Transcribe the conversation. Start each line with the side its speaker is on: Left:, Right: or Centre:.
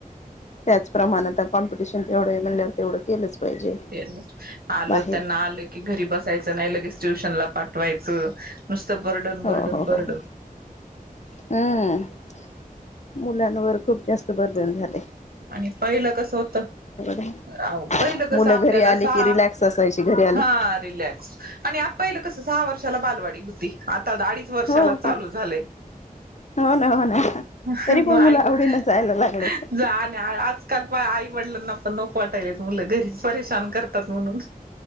Left: त्याचप्रमाण आता कॉम्पिटिशन तेवढे हाय म्हंल्यावर तेवढं केलंच पाहिजे
Right: ते आस. आल
Left: बाहेर.
Right: त्यांना आलं कि, घरी बसायचं नाही लगेच ट्युशन ला पाठवायचं. नुसत बर्डन बर्डन
Left: हो
Right: बर्डन
Left: हो ह. हम्म मुलांवर खूप जास्त बर्दन झालेय
Right: आणि पहिलं कसं होतं
Left: आहे
Right: आहो पहिलं कसं
Left: मुलं
Right: आपल्याला
Left: घरी आले
Right: सा
Left: की रिलॅक्स असायची घरी आले.
Right: हा रिलॅक्स आणि पहिलं कसं सहा वर्षाला बालवाडी होती आता अडीच वर्षाला
Left: हो
Right: चालू
Left: हो
Right: झालय <unintelligible>
Left: हो ना हो ना तरी पण मुलं आवडीनं जायला लागलेत
Right: आजकाल प आई वडलांना पण नको वाटाल्यात मुलं घरी परेशान करत तात म्हणून